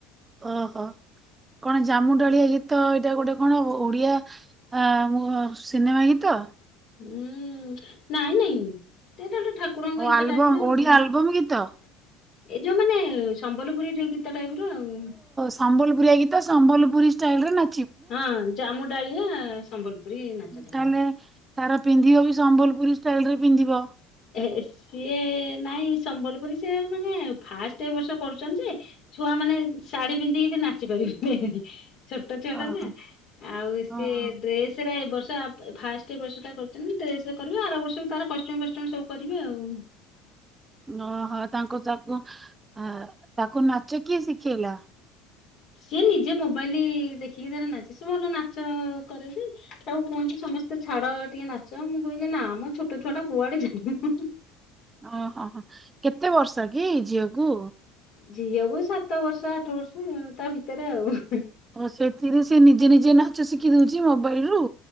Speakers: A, on the right; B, on the left.
A: ଅ ହ। କଣ ଜାମୁ ଡ଼ାଳିଆ ଗୀତ ଏଇଟା ଗୋଟେ କଣ ଓଡିଆ ଆ <unintelligible> ସିନେମା ଗୀତ?
B: ହୁଁ। ନାଇଁ ନାଇଁ। <unintelligible> ଠାକୁରଙ୍କ
A: ଓ
B: ଗୀତ
A: ଆଲବମ୍
B: ଟାଇପ୍ ର ଆଉ।
A: ଓଡିଆ
B: ଏଇ
A: ଆଲବମ୍ ଗୀତ?
B: ଯୋଉ ମାନେ ସମ୍ବଲପୁରୀ ଗୀତ ଟାଇପ୍ ର ଆଉ।
A: ସମ୍ବଲପୁରୀଆ ଗୀତ ସମ୍ବଲପୁରୀ ଷ୍ଟାଇଲ ରେ ନା
B: ହଁ। ଜାମୁ ଡାଳିଆ ସମ୍ବଲପୁରୀ ନାଚ। <unintelligible>
A: ତାହେଲେ ତାର ପିନ୍ଧିବ ବି ସମ୍ବଲପୁରୀ ଷ୍ଟାଇଲ ରେ ପିନ୍ଧିବ।
B: ଏ ସିଏ ନାଇଁ ସମ୍ବଲପୁରୀ ସିଏ ମାନେ ଫାଷ୍ଟ ଏ ବର୍ଷ କରୁଛନ୍ତି ଯେ ଛୁଆ ମାନେ ଶାଢୀ ପିନ୍ଧିକି ସେ ନାଚି ପାରିବେନି। ଛୋଟ ଛୁଆ ଟା
A: ଓହୋ।
B: ନା। ଆଉ
A: ହଁ
B: ସିଏ ଡ୍ରେସ୍ ସେଇରା ଏ ବର୍ଷ ଆପ ଫାର୍ଷ୍ଟ ଏ ବର୍ଷଟା କରୁଛନ୍ତି ଡ୍ରେସ୍ ରେ କରିବ ଆର ବର୍ଷ କୁ ତାର କଷ୍ଟ୍ୟୁମ୍ ଫଷ୍ଟ୍ୟୁ ଷ୍ଟ୍ୟୁମ୍ ସବୁ କରିବେ ଆଉ।
A: ଅ ହ। ତାଙ୍କୁ ତାକୁ ଆ ତାକୁ ନାଚ କିଏ ଶିଖେଇଲା?
B: ସିଏ ନିଜେ ମୋବାଇଲି ଦେଖିକି ତାର ନାଚେ। ସେ ଭଲ ନାଚ କରେ ଯେ ତାକୁ କୁହନ୍ତି ସମସ୍ତେ ଛାଡ ଟିକେ ନାଚ। ମୁଁ କହିଲି ନା ମ ଛୋଟ ଛୁଆ ଟା କୁଆଡେ। <unintelligible>
A: ଅ ହ ହ। କେତେ ବର୍ଷ କି ଝିଅକୁ?
B: ଝିଅକୁ ସାତ ବର୍ଷ ଆଠ ବର୍ଷ ତା ଭିତରେ ଆଉ।
A: ଓ ସେଥିରେ ସେ ନିଜେ ନିଜେ ନାଚ ଶିଖିଦଉଚି ମୋବାଇଲରୁ?